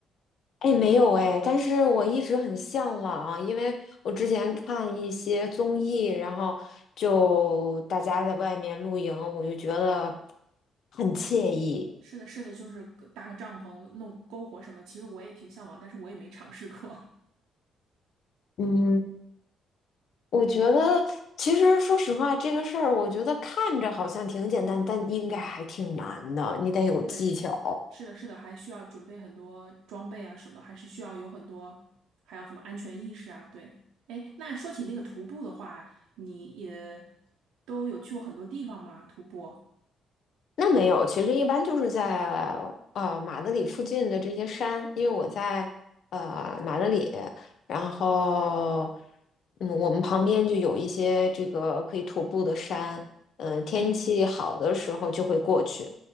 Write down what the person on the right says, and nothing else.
是的，是的，就是个搭个帐篷、弄篝火什么。其实我也挺向往，但是我也没尝试过。
<laughs> 对，是的，是的，还需要准备很多装备啊，什么还是需要有很多，还有什么安全意识啊？对，哎，那说起那个徒步的话，你也都有去过很多地方吗？徒步？
哎，